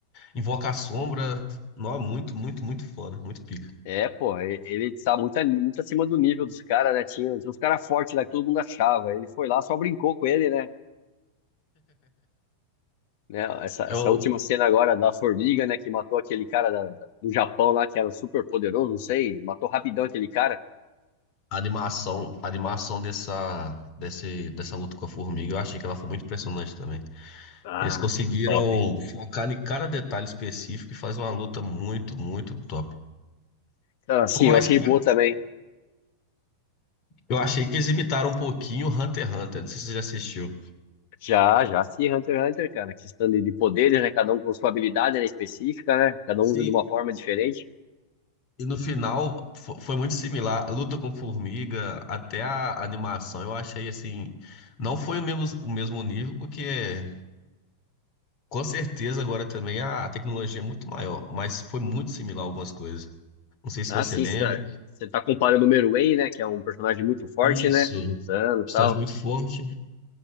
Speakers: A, on the left; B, on the left.
A: Invoca a sombra. Nó, muito, muito, muito foda. Muito pica.
B: É, pô, e- ele está muito, a- muito acima do nível dos caras, né? Tinha, tinha uns caras fortes lá que todo mundo achava. Ele foi lá, só brincou com ele, né? Né, Essa,
A: É
B: essa
A: o-
B: última cena agora da formiga, né? Que matou aquele cara da- da- do Japão lá, que era super poderoso, não sei. Matou rapidão aquele cara.
A: a animação, a animação dessa, desse, dessa luta com a formiga, eu achei que ela foi muito impressionante também.
B: Ah,
A: Eles conseguiram
B: top.
A: focar em cada detalhe específico e faz uma luta muito, muito top.
B: Então, assim,
A: Por mais
B: eu achei
A: que
B: boa também.
A: eu achei que eles imitaram um pouquinho Hunter x Hunter. Não sei se você já assistiu.
B: Já, já, sim, Hunter x Hunter, cara. Questão de, de poderes, né? Cada um com sua habilidade, né, específica, né? Cada
A: Sim.
B: um usa de uma forma diferente.
A: E no final fo- foi muito similar. Luta com formiga, até a animação, eu achei assim. Não foi o mesmo, o mesmo nível, porque com certeza agora também a, a tecnologia é muito maior, mas foi muito similar algumas coisas. Não sei se
B: Ah,
A: você
B: sim,
A: lembra.
B: você tá, você tá comparando o Meruem, né? Que é um personagem muito forte,
A: Isso.
B: né? Lutando e
A: Estágio
B: tal.
A: muito forte.